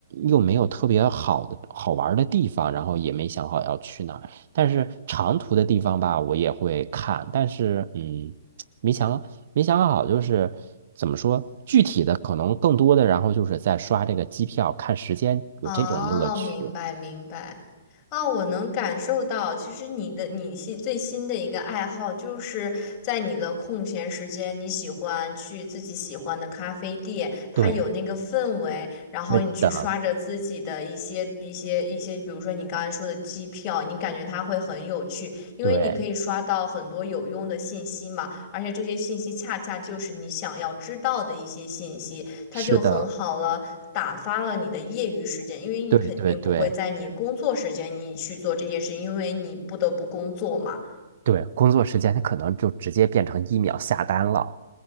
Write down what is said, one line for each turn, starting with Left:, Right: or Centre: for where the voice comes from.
Right: 又没有特别好的好玩儿的地方，然后也没想好要去哪儿。但是长途的地方吧，我也会看，但是嗯，没想没想好，就是怎么说，具体的可能更多的，然后就是在刷这个机票看时间，有这种乐趣。
Left: 哦，明白明白。哦，我能感受到，其实你的你新最新的一个爱好，就是在你的空闲时间，你喜欢去自己喜欢的咖啡店，它有那个氛围，
Right: 对，
Left: 然后你去刷着自己的一些一些一些，
Right: 对的，
Left: 比如说你刚才说的机票，你感觉它会很有趣，因为你可以刷到很多有用的信息嘛，
Right: 对。
Left: 而且这些信息恰恰就是你想要知道的一些信息。它就很好了，
Right: 是的，
Left: 打发了你的业余时间，因为你肯定不会在你工作时间你去做这件事，
Right: 对对对
Left: 因为你不得不工作嘛。
Right: 对，工作时间它可能就直接变成一秒下单了。